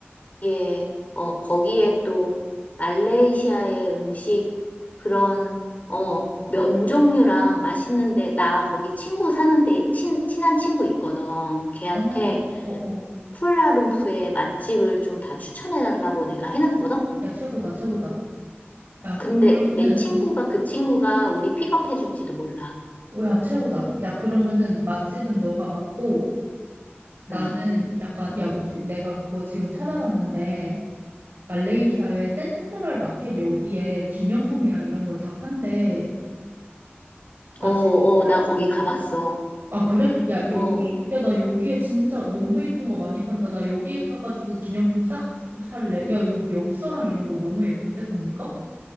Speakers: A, on the left; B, on the right.
A: 예, 어, 거기에 또 말레이시아의 음식, 그런, 어, 면 종류랑 맛있는데, 나 거기 친구 사는데, 친, 친한 친구 있거든. 걔한테
B: 어, 어, 어.
A: 쿠알라룸푸의 맛집을 좀 다 추천해달라고 내가 해놨거든?
B: 야, 최고다, 최고다. 야,
A: 근데
B: 그러면은
A: 내 친구가
B: 그
A: 그 친구가 우리 픽업해줄지도 몰라.
B: 야, 최고다. 야, 그러면은 맛집은 너가 맞고 나는
A: 응.
B: 약간 야, 우리 내가 그거 지금 찾아봤는데 말레이시아의 센트럴 마켓 여기에 기념품이랑 이런 걸 다 판대. 나
A: 어, 어,
B: 지금 찾아보고
A: 나 거기
B: 있고.
A: 가봤어.
B: 아, 그래? 야,
A: 어,
B: 여기 야, 나 여기에 진짜 너무 이쁜 거 많이 판다. 나 여기 가가지고 기념품 싹 살래. 야, 여기 엽서랑 이런 거 너무 예쁜데 보니까?